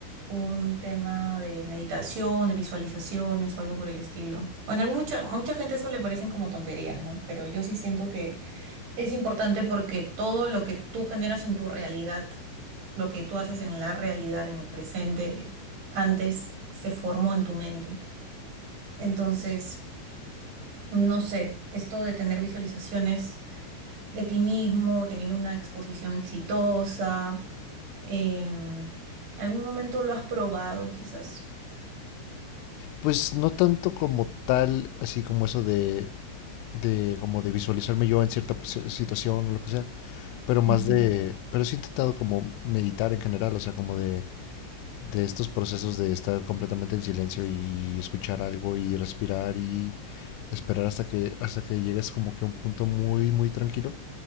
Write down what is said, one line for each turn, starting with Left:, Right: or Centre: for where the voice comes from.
Right: un tema de meditación, de visualizaciones o algo por el estilo. Bueno, a mucha, mucha gente eso le parecen como tonterías, ¿no? Pero yo sí siento que es importante porque todo lo que tú generas en tu realidad, lo que tú haces en la realidad, en el presente, antes se formó en tu mente. Entonces, no sé, esto de tener visualizaciones de ti mismo, teniendo una exposición exitosa, em, ¿algún momento lo has probado quizás?
Left: pues no tanto como tal, así como eso de, de como de visualizarme yo en cierta pos- situación o lo que sea, pero más
Right: Ujú.
Left: de, pero sí he intentado como meditar en general, o sea, como de de estos procesos de estar completamente en silencio y escuchar algo y respirar y esperar hasta que hasta que llegues como que a un punto muy muy tranquilo